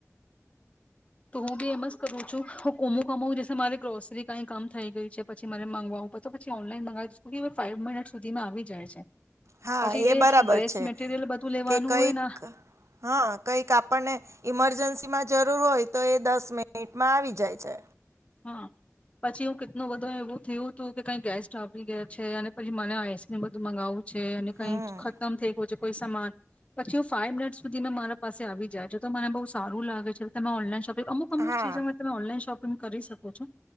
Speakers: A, on the left; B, on the right.
A: તો હું બી એમ જ કરું છું હું કોમું કમાવું જ મારે ગ્રોસરી કઈ કામ થઈ ગયું છે પછી મારે માગવાવું પડ તો પછી ઓનલાઈન મંગાવી દશ ફાઈવ મિનટ સુધીમાં આવી જાય છે.
B: હા
A: પછી
B: એ
A: જે
B: બરાબર
A: ડ્રેસ
B: છે
A: મટીરિયલ બધું લેવાનું
B: કે કઈક
A: હોય ને
B: હા કઈક આપણને ઈમરજન્સી માં જરૂર હોય તો એ દસ મિનિટમાં આવી જાય છે.
A: હા પછી હું કેટલું બધો એવું થયું હતું કે કઈ ગેસ્ટ આપી ગયા છે અને પછી મને આઈસક્રીમ બધું મગાવું છે અને કઈ
B: હમ
A: ખતમ થઈ ગયો છે. કોઈ સમાન પછી હ ફાઈવ મિનિટ સુધી મે મારા પાસે આવી જાય છે તો મને બહુ સારું લાગે છે તમે ઓનલાન શોપ અમુક અમક
B: હા
A: ચીજ તમે ઓનલાઈન શો કરી શ કો છો